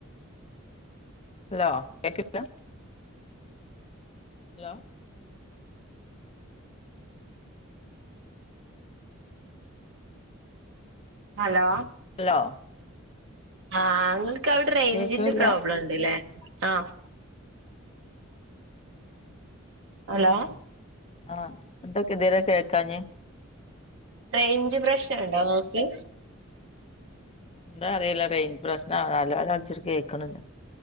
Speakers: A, on the left; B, on the right.
A: ഹലോ കേക്കണില്ല ഹലോ
B: ഹലോ
A: ഹലോ
B: ആഹ് നിങ്ങൾക്ക് അവിടെ റേഞ്ചിന്റെ
A: കേക്കണില്ല
B: പ്രോബ്ലം ഉണ്ട്ല്ലേ ആഹ് ഹലോ
A: ആഹ് എന്തൊക്കെ ഇതുവരെ കേൾക്കാഞ്ഞ
B: റേഞ്ച് പ്രശ്നംണ്ടോ ഇങ്ങക്ക്
A: ഇന്താ അറിയില്ല റേഞ്ച് പ്രശ്നം ആണ് ഹലോ ഹലോ വിളിച്ചിട്ട് കേൾക്കണില്ല